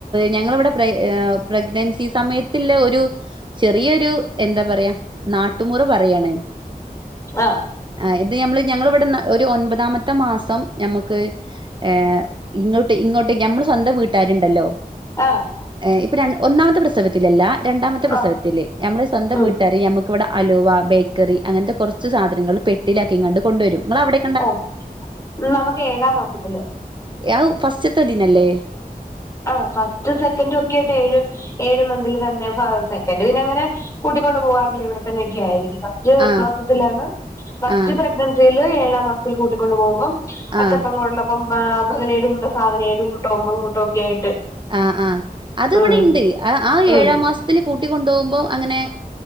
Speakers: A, on the right; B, on the left.
A: ഞങ്ങളവിടെ പ്ര പ്രഗ്നൻസി സമയത്തില്ല ഒരു ചെറിയൊരു എന്താ പറയാ നാട്ടുമുറ പറയാണ്
B: ആഹ്
A: ആഈ ഇത് ഞമ്മള് ഞങ്ങ ഇവിടെ ഒരു ഒൻപതാമത്തെ മാസം ഞമ്മുക്ക് ഏഹ് ഇങ്ങോട്ട് ഇങ്ങോട്ട് ഞമ്മൾ സ്വന്തം വീട്ടുകാരുണ്ടല്ലോ
B: ആഹ്
A: ഏൽഅ ഇപ്പൊ ഒന്നാമത്തെ പ്രസവത്തിലല്ല രണ്ടാമത്തെ പ്രസവത്തില്
B: ആഹ്
A: നമ്മുടെ സ്വന്തം
B: ഉം
A: വീട്ടുകാര് ഞമ്മക്ക് ഇവിടെ അലുവ ബേക്കറി അങ്ങനത്തെ കുറച്ച് സാധനങ്ങൾ പെട്ടിലാക്കി കണ്ട് കൊണ്ട് വരും നമ്മൾ അവിടെ
B: ആഹ് നമുക്ക് ഏഴാം മാസത്തില്
A: അത് ഫസ്റ്റ്ത്തദിനല്ലേ
B: ആഹ് ഫസ്റ്റ് സെക്കൻറും ഒക്കെ ആയിട്ട് ഏഴു ഏഴ് മന്തിൽ തന്നെ സെക്കൻ് പിന്ന അങ്ങനെ കൂട്ടിക്കൊണ്ട് പോവാറില്ല ഇവിടെത്തന്നെ ഒക്കെ ആയിരിക്കും
A: ആ
B: മാസത്തിലാണ് ഫസ്റ്റ്
A: ആ
B: പ്രഗ്നൻസിൽ ഏഴാം മാസത്തിൽ കൂട്ടിക്കൊണ്ടു പോകുമ്പോം അച്ചപ്പം
A: ആ
B: കൊഴലപ്പം പതിനേഴ് കൂട്ടോ സാധന ഏഴ് കൂട്ടോ ഒമ്പത് കൂട്ടോ ഒക്കെ ആയിട്ട്
A: ആഹ് ആഹ് അത് ഇവിടെ
B: ഉം
A: ഉണ്ട് ആഹ്
B: ഉം
A: ഏഴാം മാസ ൽ കൂട്ടിക്കൊണ്ടുപോക്പോ അങ്ങനെ